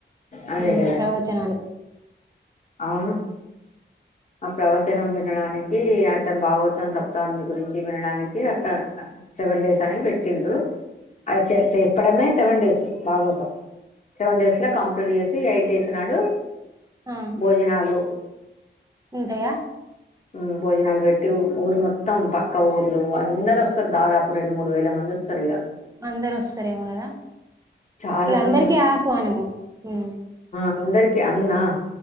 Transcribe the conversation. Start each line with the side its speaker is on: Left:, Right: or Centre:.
Left: అదే
Right: హ్మ్
Left: గద
Right: ప్రవచనాలు.
Left: అవును ఆ ప్రవచనం వినడానికి అతను భాగవతం సప్తాహి గురించి వినడానికి అట్ సెవెన్ డేస్ అని పెట్టింది అది చెప్పడమే సెవెన్ డేస్ భాగవతం సెవెన్ డేస్లో కంప్లీట్ చేసి ఎయిట్ డేస్ నాడు
Right: ఆ!
Left: భోజనాలు
Right: ఉంటాయా
Left: ఊ భోజనాలు పెట్టి ఊరు మొత్తం పక్క ఊర్లు అందరు వస్తారు దాదాపు రెండు మూడు వేల మంది వస్తారు ఇక
Right: అందరు వస్తారేమో కదా
Left: చాలా
Right: ఇక
Left: మంది
Right: అందరికీ ఆహ్వానము ఊ
Left: అందరికిీ అన్నా